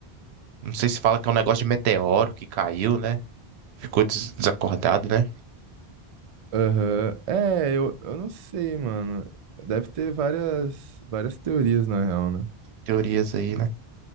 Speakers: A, on the right (about 85°); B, on the right (about 60°).
A: Não sei se fala que é um negócio de meteoro que caiu, né? Ficou des- desacordado, né?
B: Aham. É, eu, eu não sei, mano. Deve ter várias, várias teorias, na real, né?
A: Teorias aí, né?